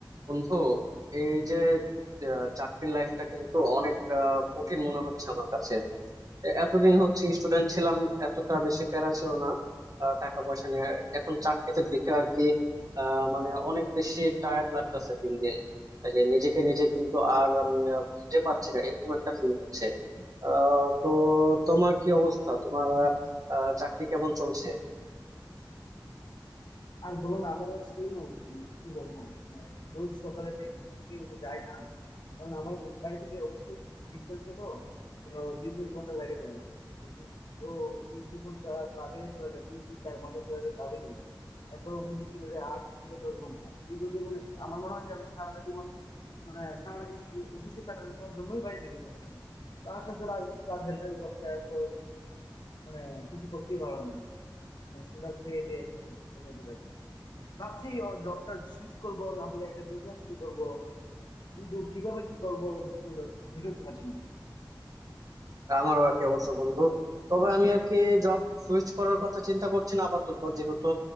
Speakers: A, on the right; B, on the left.
A: বন্ধু এই যে আহ, চাকরির লাইফটা কিন্তু অনেক আহ, কঠিন মনে হচ্ছে আমার কাছে এ- এতদিন হচ্ছে স্টুডেন্ট ছিলাম এতটা বেশি প্যারা ছিল না আহ, টাকা পয়সা নিয়ে এখন চাকরিতে ঢুকে আর কি আহ, মানে অনেক বেশি টায়ার্ড লাগতেছে দিন দিন এই যে নিজেকে নিজে কিন্তু আর উম, আহ, খুঁজে পাচ্ছি না এরকম একটা ফিল হচ্ছে আহ তো তোমার কি অবস্থা তোমার আহ, আহ, চাকরি কেমন চলছে
B: আর বলো না আমারও সেম অবস্থা মানে কি বলবো মানে রোজ সকালে যে ঘুম থেকে উঠে যায় না কারণ আমার বাড়ি থেকে অবশ্যই ডিস্টেন্সে তো তো দুই তিন ঘন্টা লাগে যায় office থেকে। তো এই দুই ঘন্টা ট্রাভেলে চলে যায় দুই দুই চার ঘন্টা চলে যায় ট্রাভেলেই তারপর অফিসে চলে যায় আট থেকে দশ ঘন্টা এইভাবে মানে আমার মনে হয় যে আমি সারাটা জীবন মানে সারাটা দিন শুধু অফিসে কাটানোর জন্যই বাড়ি থেকে বেরোনো তো আস্তে আস্তে রাত রাত বেড়ে যায় দশটা এরপর মানে কিছু করতেই ভালো লাগে না মানে সোজা খেয়ে দিয়ে ঘুম- ঘুমিয়ে পড়ে ভাবছি ও জবটা সুইচ করবো না হলে একটা বিজনেস শুরু করব কিন্তু কিভাবে কি করব বুঝতে বুঝে উঠতে পারছি না
A: আমারও আর কি অবস্থা বন্ধু তবে আমি আর কি জব সুইচ করার কথা চিন্তা করছি না আপাতত যেহেতু